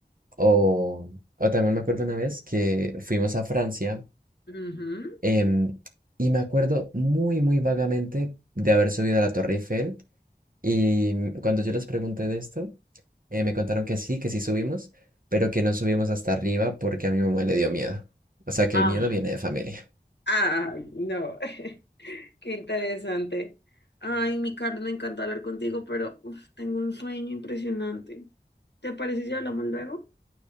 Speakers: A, on the right; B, on the left.
A: o, o también me acuerdo una vez que fuimos a Francia
B: Ujú.
A: em, y me acuerdo muy, muy vagamente de haber subido a la Torre Eiffel Y mm, cuando yo les pregunté de esto, eh, me contaron que sí, que sí subimos, pero que no subimos hasta arriba porque a mi mamá le dio miedo. O sea que
B: Ah,
A: el miedo viene de familia.
B: ay, no. <laughs> Qué interesante. Ay, mi Carlos, me encanta hablar contigo, pero uf, tengo un sueño impresionante. ¿Te parece si hablamos luego?